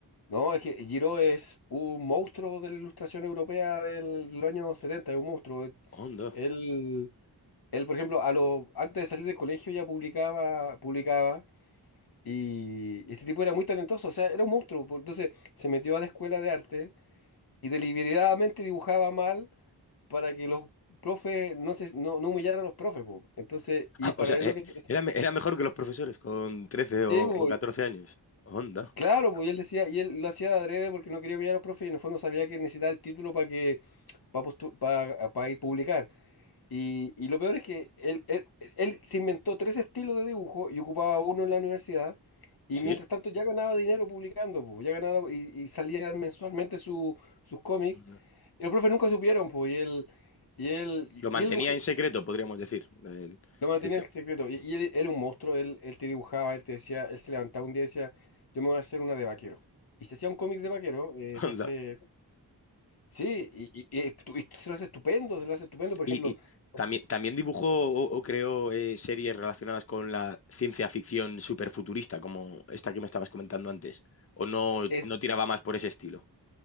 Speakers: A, on the left; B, on the left.
A: no, es que Giraud es un monstruo de la ilustración europea del, del año 70, es un monstruo.
B: Onda.
A: Él, él, por ejemplo, a lo, antes de salir del colegio ya publicaba, publicaba y este tipo era muy talentoso, o sea, era un monstruo. Entonces se metió a la escuela de arte y deliberadamente dibujaba mal para que los profes no se no, no humillaran a los profes, po. Entonces,
B: <laughs>
A: y
B: Ah,
A: en paralelo
B: O sea, eh,
A: que
B: era, me- era mejor que los profesores con 13 o,
A: sí,
B: o
A: po,
B: 14
A: y-
B: años. Onda,
A: claro, pues él decía, y él lo hacía de adrede porque no quería humillar a los profes y en el fondo sabía que necesitaba el título para que para para, ir publicar. Y, y lo peor es que él, él, él se inventó tres estilos de dibujo y ocupaba uno en la universidad. Y
B: sí.
A: mientras tanto ya ganaba dinero publicando, po, ya ganaba y, y salía mensualmente su, sus cómics.
B: Onda.
A: Y los profes nunca supieron, pues, y él, y él,
B: Lo mantenía
A: y él,
B: en secreto, podríamos decir. el-
A: Lo mantenía
B: el te-
A: en secreto. Y, y él, él un monstruo, él, él te dibujaba, él te decía, él se levantaba un día y decía, yo me voy a hacer una de vaquero. Y se hacía un cómic de vaquero, eh,
B: <laughs>
A: se
B: onda.
A: hace, sí, y, y- y estu- y se lo hace estupendo, se lo hace estupendo, por
B: Y,
A: ejemplo,
B: y
A: pues,
B: también, también dibujó o, o creó eh, series relacionadas con la ciencia ficción superfuturista, como esta que me estabas comentando antes. ¿O no,
A: es,
B: no tiraba más por ese estilo?